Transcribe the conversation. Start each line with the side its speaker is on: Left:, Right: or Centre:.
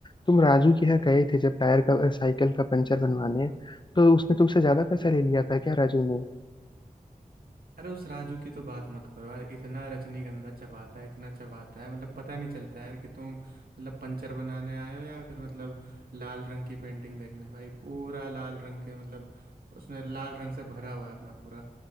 Left: तुम राजू के यहाँ गए थे जब टायर का साइकिल का पंचर बनवाने तो उसने तुमसे ज्यादा पैसा ले लिया था क्या राजू
Right: अरे उस राजू की तो बात मत करो यार इतना रजनीगंधा चबाता है इतना चबाता है मतलब पता नहीं चलता यार कि तुम मतलब पंचर बनाने आए हो या फिर मतलब लाल रंग की पेंटिंग देखने भाई पूरा लाल रंग के मतलब उसने लाल रंग से भरा हुआ है अपना पूरा